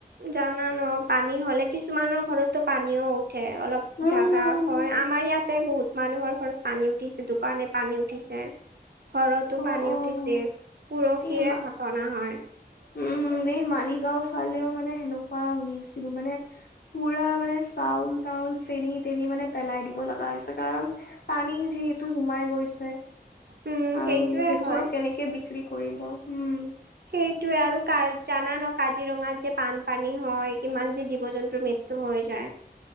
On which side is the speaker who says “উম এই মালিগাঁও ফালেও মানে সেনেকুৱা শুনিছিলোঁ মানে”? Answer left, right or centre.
Left